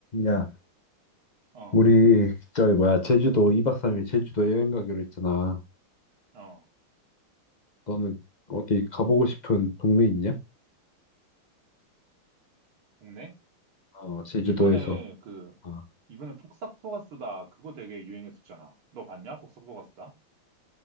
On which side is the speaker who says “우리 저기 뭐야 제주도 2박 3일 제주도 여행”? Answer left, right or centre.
Left